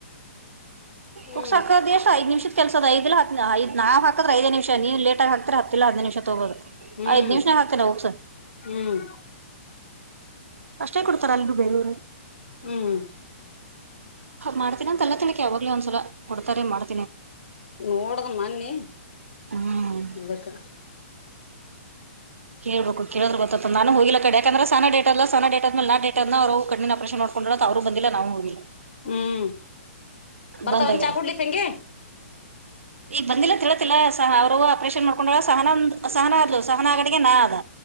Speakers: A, on the left; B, on the right.
A: ಹ್ಮ್
B: ಹ ಸಾಕ ದೇಶ ಐದು ನಿಮಿಷ ಕೆಲ್ಸದ ಐದ ಹ ಐದು ನಾ ಹಾಕಿದ್ರಐದು ನಿಮಿಷ ನೀವುೇಟಗ ಹಕ್ತ್ಹಿಲ್ಲ ಹದಿನ ನಿಮಿಷ ತಗೋದು
A: ಹ್ಮ್
B: ಐದ್ ನಿಮಷನಾಗ ಹಾಕ್ತೇನ ಹೋಗಸರ್
A: ಹ್ಮ್
B: ಅಷ್ಟೇ ಕೊಡ್ತಾರೆ ಅಲ್ರೂ ಬೇು
A: ಹ್ಮ್
B: ಮಾಡ್ತೀನ ತಲ್ಲ ತಿಳಕ್ಕೆ ಯಾವ ಒಂದ್ಸಲ ಕೊಡ್ತ ಮಾಡ್
A: ನೋಡ್ದ ಮೊನ್ನಿ
B: ಹ್ಮ್
A: ಅದಕ್ಕ
B: ಕೇಳ್ಬೇಕು ಕೇಳಿದ್ರ ನಾನು ಹೋಗಿಲ್ಲ ಕಡೆ ಯಕಂದೆ ಸಾನ ಡೇಟ್ ಆದ್ಮೇಲೆ ನಾನ್ ಡೇಟ್ ಆದ್ಮೇ ನ ಅನ ಅವರು ಕಣ್ಣಿನ ಆಪರೇನ್ ಮಾಡಕೊಂಡಿ ಅವರು ಬಂದಿಲ್ಲ ನಾವು ಹೋಗಿಲ್ಲ
A: ಹ್ಮ್ ಬರ್ತಾವಂ
B: ಬಂದಾಗ್ಯದ
A: ಚಾಕ್ ಕೊಡ್ಲಿಕ್ಕೆ ಹಂಗೆ
B: ಈಗ ಬಂದಿಲ್ಲ ತಿಳತಿಲ್ಲ ಸ ಅವ್ರ ಆಪರೇಷನ್ ಮಾಡ್ ಸಹನ ಸಹನ ಸಹನ ಆಗಿಗೆ ನಾ ಅದ